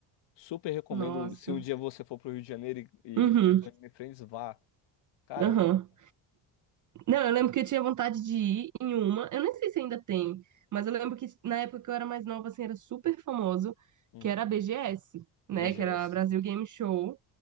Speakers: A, on the left; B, on the right.
A: Super recomendo,
B: Nossa.
A: se um dia você for pro Rio de Janeiro e,
B: Uhum.
A: e for pro Anime Friends, vá. Cara,
B: Aham.
A: muito bom.
B: Não, eu lembro que eu tinha vontade de ir em uma. Eu nem sei se ainda tem, mas eu lembro que na época que eu era mais nova, assim, era super famoso,
A: Hum,
B: que era a BGS, né?
A: BGS.
B: Que era a Brasil Game Show,